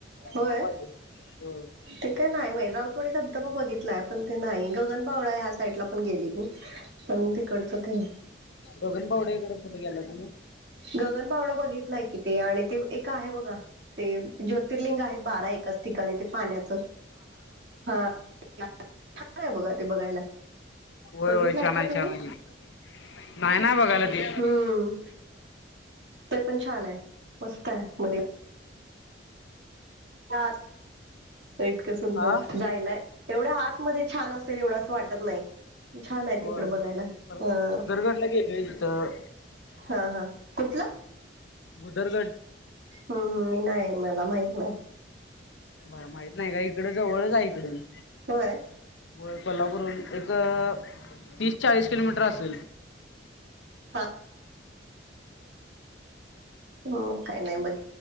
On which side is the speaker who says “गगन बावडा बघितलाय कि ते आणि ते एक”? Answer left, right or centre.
Right